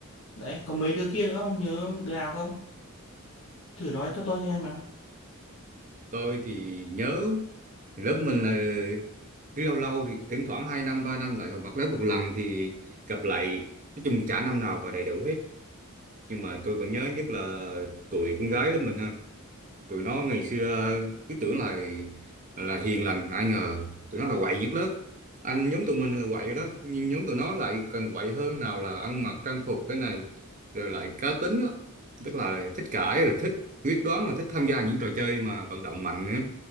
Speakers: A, on the left; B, on the right.
A: Đấy, có mấy đứa kia nữa không? Nhớ đứa nào không? Thử nói cho tôi nghe mà.
B: Tôi thì nhớ lớp mình là cứ lâu lâu thì thỉnh thoảng 2 năm 3 năm lại họp mặt lớp một lần thì gặp lại nói chung chả năm nào mà đầy đủ hết nhưng mà tôi vẫn nhớ nhất là tụi con gái lớp mình ha tụi nó ngày xưa cứ tưởng là là hiền lành ai ngờ tụi nó là quậy nhất lớp anh nhóm tụi mình là quậy rồi đó nhưng nhóm tụi nó lại càng quậy hơn nào là ăn mặc trang phục cái này rồi lại cá tính lắm. tức là thích cãi rồi thích quyết đoán là thích tham gia những trò chơi mà vận động mạnh nữa